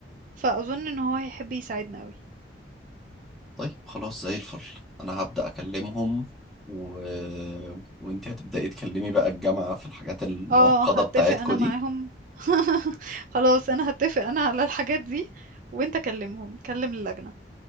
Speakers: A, on the right; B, in the centre.
A: فاظن ان هو هيحب يساعدنا قوي
B: طيب خلاص زي الفل انا هبدأ اكلمهم و... وانت هتبدأي تكلمي بقى الجامعة في الحاجات المعقدة
A: اه هتفق
B: بتاعتكو
A: انا
B: دي
A: معاهم <laughs> خلاص انا هتفق انا على الحاجات دي وانت كلمهم كلم اللجنة